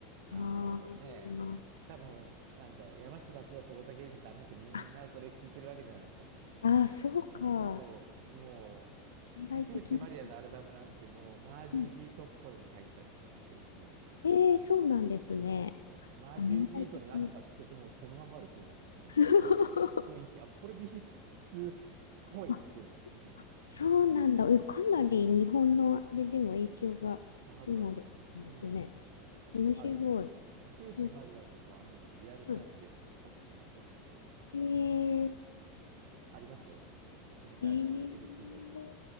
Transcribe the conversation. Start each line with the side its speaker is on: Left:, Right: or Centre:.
Right: あのね、
Left: あー
Right: 多分、なんだろう、山下達郎と大竹英二だってあの辺ってみんなそれ聞いてるわけじゃないですか。
Left: あ、あー、そうか。
Right: そう、もう、
Left: 年代的にそう。
Right: 竹内まりやのアルバムなんてもうマージービートっぽいのが入ったりとかしてるし、
Left: うん。ええそうなんですね。
Right: そうそうそう。
Left: あ、そうか、
Right: マージービートでなんとかって曲もそのまんまですよ。
Left: 年代的に。
Right: なんかその
Left: <laughs>
Right: 雰囲気。あ、これビートルズっぽいっていう。
Left: あ、
Right: うん。
Left: そうなんだ。え、かなり日本のあれでも影響が今でですね。
Right: そうそうあるあるある。うん、そうそう。
Left: 面白い。
Right: あ、でも、竹内まりやとかはもうリアルタイムで買った口なので、
Left: なんか、うん。
Right: 僕は。
Left: ええ
Right: うん。ありますよ。うちに帰ると
Left: え
Right: LP が今でも。
Left: え